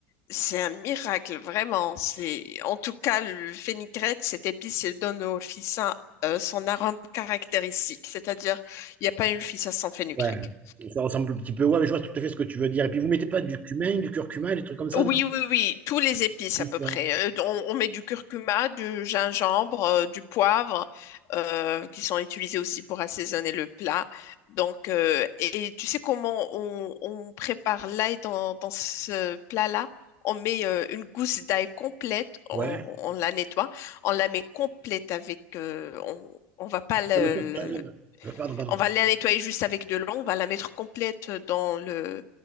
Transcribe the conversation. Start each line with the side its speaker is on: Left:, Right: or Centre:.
Left: c'est un miracle, vraiment. C'est, en tout cas, le fenugrec, cette épice, elle donne au ficin euh, son arôme caractéristique. C'est-à-dire, il n'y a pas une ficin sans fenugrec.
Right: Ouais, ça ressemble un petit peu. Ouais, mais je vois tout à fait ce que tu veux dire. Et puis vous mettez pas du cumin, du curcuma, des trucs comme ça
Left: Oui,
Right: dans-
Left: oui, oui, tous les épices à
Right: Ouais.
Left: peu près. Euh, On, on met du curcuma, du gingembre, euh, du poivre, euh, qui sont utilisés aussi pour assaisonner le plat. Donc, euh, et tu sais comment on, on prépare l'ail dans, dans ce plat-là? On met euh, une gousse d'ail complète, on,
Right: Ouais.
Left: on la nettoie, on la met complète avec, euh, on, on va pas le,
Right: Non, mais toi,
Left: le-
Right: tu enlèves.
Left: le
Right: Euh, Pardon, pardon.
Left: on va la nettoyer juste avec de l'eau, on va la mettre complète dans le,